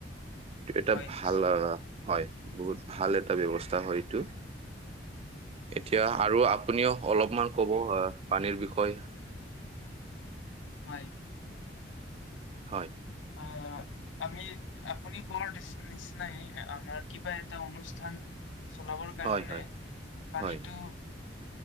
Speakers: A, on the right; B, on the left.
A: এটা
B: হয়
A: ভাল
B: নিশ্চয়
A: হয়, বহুত ভাল এটা ব্যৱস্থা হয় এইটো। এতিয়া আৰু আপুনিও অলপমান ক'ব আ, পানীৰ বিষয়ে।
B: হয়।
A: হয়।
B: আ আমি আপুনি কোৱাৰ নিচিনাই আমাৰ কিবা এটা অনুষ্ঠান চলাবৰ কাৰণে
A: হয় হয়
B: পানীটো
A: হয়